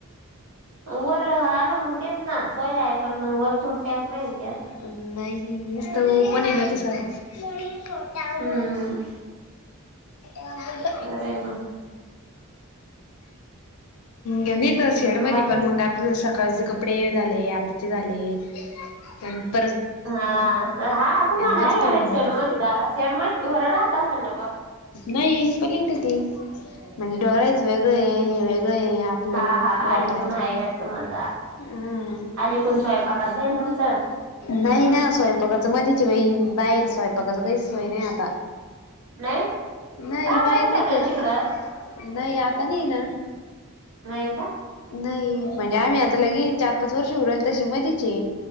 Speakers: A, on the right (about 85°); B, on the left (about 80°).
A: वर हा ना मग तेच ना सोय आहे पण मग वरतून पॅक नाही त्यास
B: नाही नाही मस्त प हो ना ते साार त्याऊ
A: हम्म
B: आमछट्
A: बरं
B: गणी तर शेड मध
A: बाकी
B: पण मंग सकाळचे कपडे झाले आतचे झाले ह
A: हा हा तुम्हाला
B: जास्त होऊन
A: कड
B: जात
A: शेडमध्ये जा शेडमध्येरं राहत असेल ना पण
B: नाही पलीकडे त म्हणजे डरायची वेगळं हे वेगळं आपलं
A: हा हा
B: वापरायचं
A: अलीकून आहे गाडी तुम्हाला जागा
B: हं
A: अलीकून स्वयंपाकाचं आहे ना तुमचं
B: नाही ना स्वयंपाकाचं मधच बाई बाहेर स्वयंपाकाचं काही सोय नाही आता
A: नाही
B: नाही
A: का
B: बाहेर
A: करीत
B: नाही
A: होत्या
B: का
A: ना इकडं
B: नाही आता नाही ना
A: नाही का
B: नाही म्हणजे आम्ही आता लगे चार पाच वर्ष उरल तशी मधचे